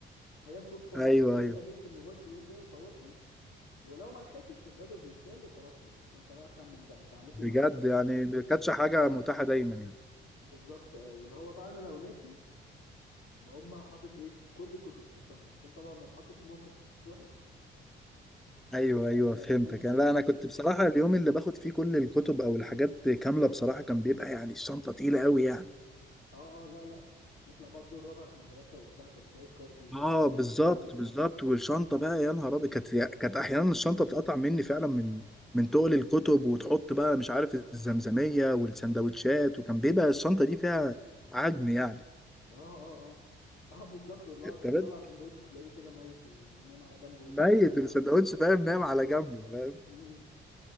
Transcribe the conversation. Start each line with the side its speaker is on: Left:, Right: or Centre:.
Left: فهي صدفه
Centre: ايوه
Left: لو
Centre: ايوه
Left: انت جبت الموبايل في اليوم ده وصورته ولو ما لحقتش الجدول بيتشال وخلاص كده انت بقى خمن بقى انت عليك
Centre: بجد
Left: إيه النهارده
Centre: يعني ما كانتش حاجه متاحه دايما يعني
Left: بالظبط اه واللي هو بقى انا لو ناسي بقوم بقى حاطط ايه كل الكتب في شنطه عشان طبعا ما اتحطش في موقف وحش
Centre: ايوه
Left: فببقى
Centre: ايوه
Left: ببقى
Centre: فهمتك
Left: ماشي
Centre: يعني لا انا كنت بصراحه اليوم اللي باخد فيه كل الكتب او الحاجات كامله بصراحه كان بيبقى يعني الشنطه تقيله قوي يعني
Left: اه اه لا لا نطلع بقى الدور الرابع في المدرسه وبتاع كان شويه كارديو
Centre: اه
Left: كده على الصبح
Centre: بالظبط بالظبط والشنطه بقى يا نهار ابيض كانت كانت احيانا الشنطه بتقطع مني فعلا من من تقل الكتب وتحط بقى مش عارف الزمزميه والسندوتشات وكان بيبقى الشنطه دي فيها عجن يعني
Left: اه اه اه <laughs> اه بالظبط اللي
Centre: <laughs>
Left: هو تطلع
Centre: تمام
Left: سندوتش تلاقيه كده ميت ونايم على جنبه والحاجات
Centre: ميت
Left: دي
Centre: السندوتش
Left: <laughs>
Centre: فاهم نايم على جنبه فاهم
Left: مم.